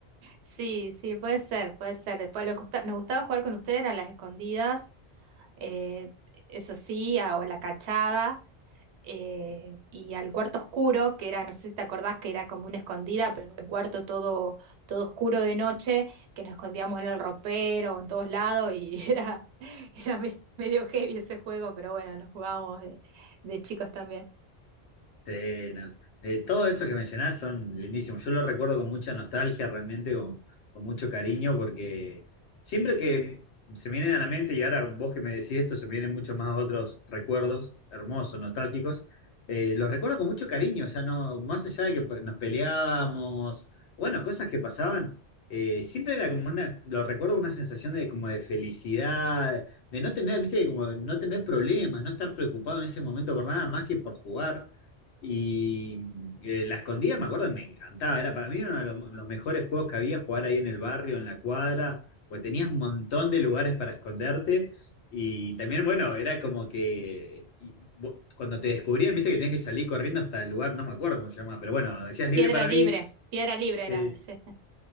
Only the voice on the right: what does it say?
Sí, sí, puede ser, puede ser. Después lo que gusta- nos gustaba jugar con ustedes eran las escondidas, eh, eso sí, a- o la cachada, eh, y al cuarto oscuro, que era, no sé si te acordás que era como una escondida, pero en un cuarto todo, todo oscuro de noche, que nos escondíamos en el ropero o en todos lados, y <laughs> era, era me- medio heavy ese juego, pero bueno, lo jugábamos de, de chicos también.
Piedra
libre,
piedra libre
era ese.